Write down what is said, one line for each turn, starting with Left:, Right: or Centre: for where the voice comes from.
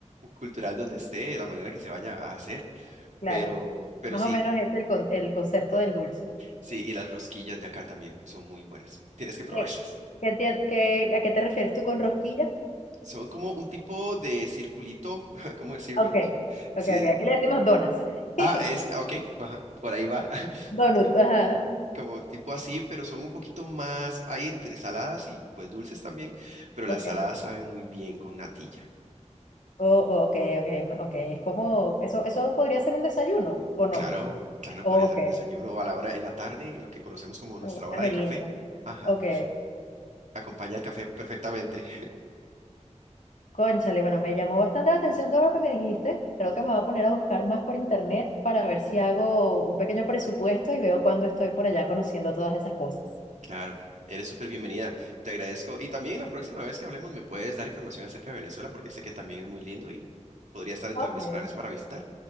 Right: cultural donde esté, de la manera que se vaya a hacer.
Left: claro.
Right: Pero, pero
Left: Más
Right: sí,
Left: o menos es el, con- el concepto del dulce.
Right: Sí, y las rosquillas de acá también son muy buenas. Tienes que probarlas.
Left: ¿Qué, qué, tie- qué- a qué te refieres tú con rosquilla?
Right: Son como un tipo de circulito, <laughs> ¿cómo decirlo?
Left: Ok,
Right: Sí.
Left: ok, ok. Aquí le decimos donas.
Right: Ah,
Left: <laughs>
Right: es, ah, ok, ajá, por ahí va. <laughs>
Left: donut.
Right: Es co-
Left: ajá.
Right: Como tipo así, pero son un poquito más, hay entre saladas y pues dulces también, pero
Left: Ok.
Right: las saladas saben muy bien con natilla.
Left: Oh, oh, ok, ok, ok. Es como, eso, eso podría ser un desayuno, ¿o no?
Right: Claro, claro,
Left: Ok,
Right: podría ser un desayuno o a la hora en la tarde, lo que conocemos como nuestra
Left: una
Right: hora
Left: merienda.
Right: de café. Ajá,
Left: Ok.
Right: acompaña el café perfectamente.
Left: Cónchale, bueno, me llamó bastante la atención todo lo que me dijiste. Creo que me voy a poner a buscar más por internet para ver si hago un pequeño presupuesto y veo cuándo estoy por allá conociendo todas esas cosas.
Right: Claro, eres súper bienvenida. Te agradezco. Y también la próxima vez que hablemos me puedes dar información acerca de Venezuela porque sé que también es muy lindo y podría estar dentro
Left: Ok.
Right: de mis planes para visitar.